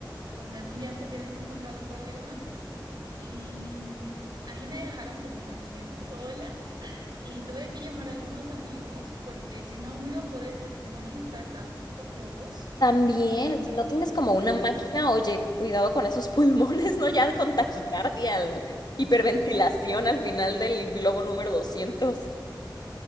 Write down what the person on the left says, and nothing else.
También,
si no tienes como una
máquina, oye, cuidado con esos <laughs> pulmones, ¿no? Ya con taquicardia, al- hiperventilación
al final del globo número doscientos